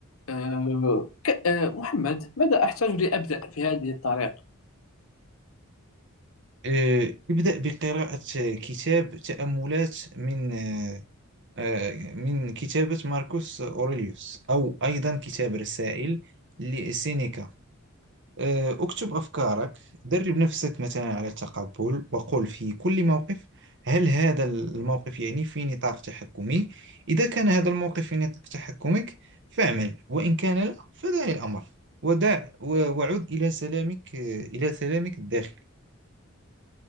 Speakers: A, on the left (about 70°); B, on the right (about 55°).
A: آه، ك- آه، محمد ماذا أحتاج لأبدأ في هذه الطريق؟
B: آه، ابدأ بقراءة كتاب تأملات من آه، آه، من كتابة ماركوس أوريليوس أو أيضا كتاب رسائل لسينيكا آه، اكتب أفكارك درب نفسك مثلا على التقبل وقل في كل موقف هل هذا الموقف يعني في نطاق تحكمي إذا كان هذا الموقف في نطاق تحكمك فاعمل وإن كان لا فدع الأمر ودع و- وعد إلى سلامك آه، إلى سلامك الداخلي